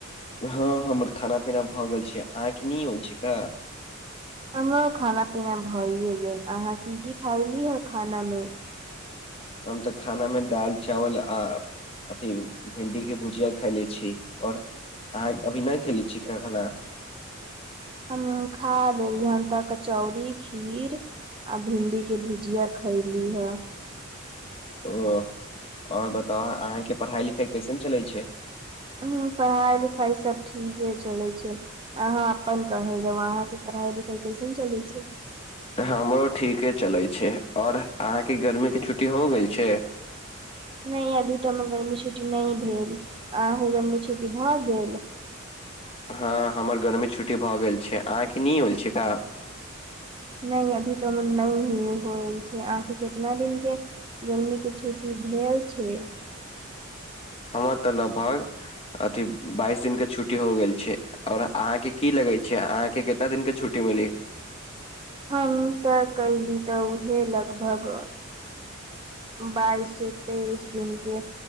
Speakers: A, on the left (about 30°); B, on the right (about 25°).
A: हँ हमर खाना-पीना भऽ गेल छै, अहांक नै होइ छै का।
B: हमरो खाना-पीना भइये गेल, अहाँ की-की खेलीयै हें खाना में।
A: हम तऽ खाना में दालि-चावल आ अथी भिंडी के भुजिया खायले छी। और अहाँ अभी नहि खेले छी खा खाना।
B: हमहूं खा लेलीयै, हम तऽ कचौड़ी खीर। आ भिन्डी के भुजिया खयली हऽ।
A: ओ आओर बताओ अहाँके पढ़ाई-लिखाई कैसन चलै छै।
B: हूं पढ़ाई-लिखाइ सब ठीके चलै छै। अहाँ अपन कहल जाउ अहाँ के पढ़ाई-लिखाई कैसन चलै छै।
A: हमरो ठीके चलै छै, और अहाँ के गर्मी के छुट्टी हो गेल छैय।
B: नै अभी तऽ हमर गर्मी छुट्टी नै भेल, अहाँके गर्मी छुट्टी भऽ गेल।
A: हँ हमर गरमी छुट्टी भऽ गेल छै, आहाँ के नै होल छैय का।
B: नै अभी तऽ हमर नैय होल छै, आहाँ के केतना दिन के। गर्मी के छुट्टी भेल छैय।
A: हमर तऽ लगभग अथी बाइस दिन के छुट। छुट्टी हो गेल छै, और आहाँ के की लगेै छै अहाँ के केतना दिन के छुट्टी मिली।
B: हम तऽ कही तऽ उहे लगभग। बईस से तैइस दिन के।